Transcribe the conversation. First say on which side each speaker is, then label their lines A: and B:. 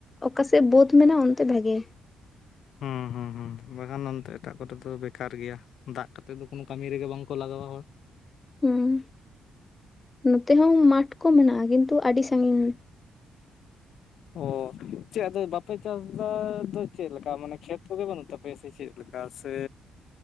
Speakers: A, on the left (about 25°); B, on the left (about 70°).
A: ᱚᱠᱟᱥᱮᱫ ᱵᱟᱹᱫ ᱢᱮᱱᱟᱜᱼᱟ ᱚᱱᱛᱮ ᱵᱷᱟᱜᱮ᱾
B: ᱦᱩᱸ ᱦᱩᱸ ᱦᱩᱸ ᱦᱩᱸ, ᱵᱟᱠᱷᱟᱱ ᱚᱱᱛᱮ ᱮᱴᱟᱜ ᱠᱚᱨᱮ ᱫᱚ ᱵᱮᱠᱟᱨ ᱜᱮᱭᱟ, ᱫᱟᱜ ᱠᱟᱛᱮ ᱫᱚ ᱠᱳᱱᱳ ᱠᱟᱹᱢᱤ ᱨᱮᱜᱮ ᱵᱟᱝ ᱠᱚ ᱞᱟᱜᱟᱣᱟ ᱦᱚᱲ ᱾
A: ᱦᱩᱸ, ᱱᱚᱛᱮ ᱦᱚᱸ ᱢᱟᱴᱷ ᱠᱚ ᱢᱮᱱᱟᱜᱼᱟ ᱠᱤᱱᱛᱩ ᱟᱹᱰᱤ ᱥᱟᱺᱜᱤᱧ ᱾
B: ᱚ ᱪᱮᱜ ᱟᱫᱚ ᱵᱟᱯᱮ ᱪᱟᱥ ᱮᱫᱟ ᱫᱚ ᱪᱮᱫ ᱞᱮᱠᱟ ᱢᱟᱱᱮ ᱠᱷᱮᱛ ᱠᱚ ᱫᱚ ᱵᱟᱹᱱᱩᱜ ᱛᱟᱯᱮᱭᱟ ᱥᱮ ᱪᱮᱫ ᱞᱮᱠᱟ ᱥᱮ